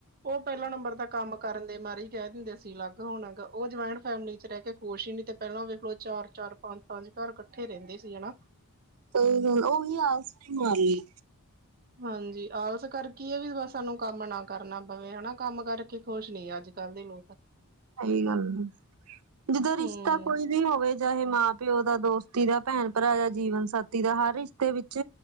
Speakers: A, on the right (about 40°); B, on the right (about 75°).
A: ਓ ਪੈਂਲਾ ਨੰਬਰ ਤਾ ਕੰਮ ਕਰਨ ਦੇ ਮਾਰੇ ਈ ਕਹਿ ਦਿੰਦੇ ਆ, ਅਸੀ ਅਲੱਗ ਹੋਣਾਗਾ, ਉਹ ਜੁਆਇੰਟ ਫੈਮਿਲੀ'ਚ ਰਹਿਕੇ ਖੁਸ਼ ਹੀ ਨੀ ਤੇ ਪਹਿਲਾਂ ਵੇਖਲੋ ਚਾਰ-ਚਾਰ, ਪੰਜ-ਪੰਜ ਘਰ ਕੱਠੇ ਰਹਿੰਦੇ ਸੀ, ਹਣਾ।
B: ਸਹੀ ਗੱਲ, ਓਹੀ ਆਲਸ ਦੀ ਮਾਰੀ।
A: ਹਾਂਜੀ, ਆਲਸ ਕਰਕੇ ਆ ਵੀ ਬ ਸਾਨੂੰ ਕੰਮ ਨਾ ਕਰਨਾ ਪਵੇ, ਹਨਾ ਕੰਮ ਕਰਕੇ ਖੁਸ਼ ਨੀ ਅੱਜ-ਕੱਲ ਦੇ ਲੋਕ।
B: ਸਹੀ ਗੱਲ ਆ, ਜਿਦਾਂ ਰਿਸ਼ਤਾ
A: ਹੂੰ
B: ਕੋਈ ਵੀ ਹੋਵੇ ਚਾਹੇ ਮਾਂ-ਪਿਓ ਦਾ ਦੋਸਤੀ ਦਾ, ਭੈਣ-ਭਰਾ ਜਾਂ ਜੀਵਨ ਸਾਥੀ ਦਾ ਹਰ ਰਿਸ਼ਤੇ ਵਿੱਚ